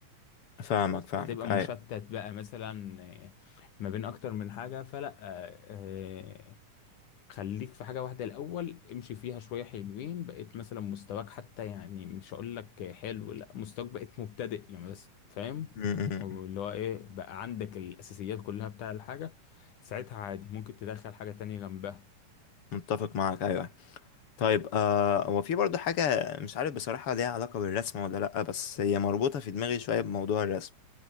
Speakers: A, on the left; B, on the left.
A: فاهمك فاهمك
B: هتبقى
A: ايوه
B: مشتت بقى مثلا آه، ما بين اكتر من حاجة فلا آه، آه، خليك في حاجة واحدة الأول امشي فيها شوية حلوين بقيت مثلا مستواك حتى يعني مش هقول لك حلو لا مستواك بقيت مبتدئ يعني بس فاهم
A: امم أمم.
B: اللي هو ايه بقى عندك الأساسيات كلها بتاع الحاجة ساعتها عادي ممكن تدخل حاجة تانية جنبها
A: متفق معاك ايوه طيب آه هو في برضو حاجه مش عارف بصراحه ليها علاقه بالرسم ولا لا بس هي مربوطه في دماغي شويه بموضوع الرسم